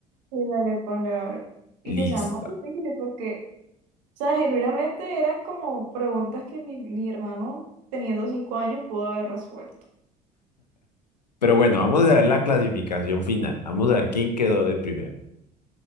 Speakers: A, on the right (about 65°); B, on the left (about 85°).
A: Sí, dale, ponle a ver. Y
B: Listo.
A: que sea más difícil porque O sea, genuinamente eran como preguntas que mi, mi hermano, teniendo cinco años, pudo haber resuelto.
B: Pero bueno, vamos a ver la clasificación final. Vamos a ver quién quedó de primero.